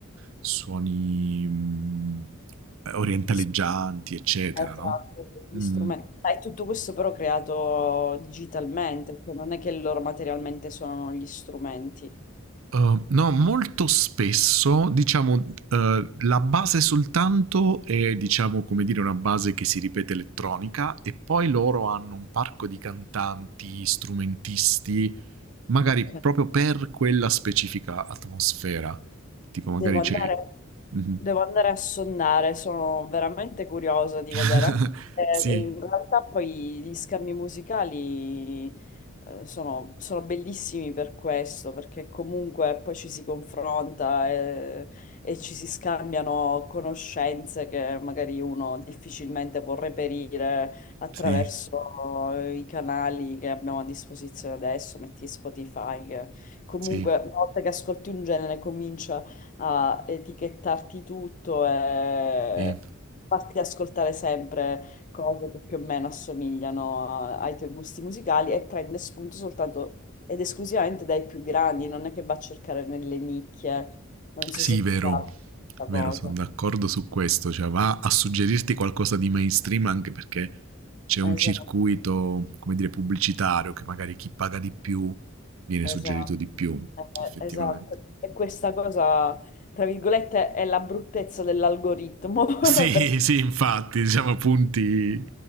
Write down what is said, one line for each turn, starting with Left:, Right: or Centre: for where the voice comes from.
Right: suoni mm, orientaleggianti,
Left: di, s-
Right: eccetera,
Left: esatto,
Right: no?
Left: di
Right: Mm.
Left: strumenti. Ma è tutto questo però creato digitalmente, cioè non è che loro materialmente suonano gli strumenti.
Right: Uh, no, molto spesso, diciamo, uh, la base soltanto è, diciamo, come dire, una base che si ripete elettronica e poi loro hanno un parco di cantanti, strumentisti, magari
Left: Ok.
Right: proprio per quella specifica atmosfera. Tipo,
Left: Devo
Right: magari
Left: andare,
Right: c'è... Mhm.
Left: devo andare a sonnare, sono veramente curiosa di
Right: <laughs>
Left: vedere. Anche se, eh, in
Right: sì,
Left: realtà poi gli scambi musicali eh, sono, sono bellissimi per questo, perché comunque poi ci si confronta eh, e, ci si scambiano conoscenze che magari uno difficilmente può reperire attraverso
Right: sì,
Left: eh, i canali che abbiamo a disposizione adesso, metti Spotify, che comunque
Right: sì,
Left: una volta che ascolti un genere comincia a etichettarti tutto e
Right: sì.
Left: farti ascoltare sempre cose che più o meno assomigliano a- ai tuoi gusti musicali e prende spunto soltanto ed esclusivamente dai più grandi, non è che va a cercare nelle nicchie. Non so
Right: Sì,
Left: se
Right: vero,
Left: ti piace questa
Right: vero,
Left: cosa.
Right: sono d'accordo su questo, cioè va a suggerirti qualcosa di mainstream anche perché c'è un
Left: Esatto,
Right: circuito, come dire, pubblicitario che magari chi paga di più viene suggerito
Left: esatto,
Right: di più,
Left: eh,
Right: effettivamente.
Left: esatto. E questa cosa, tra virgolette, è la bruttezza dell'algoritmo. <laughs>
Right: Sì,
Left: perché
Right: sì, infatti, diciamo punti,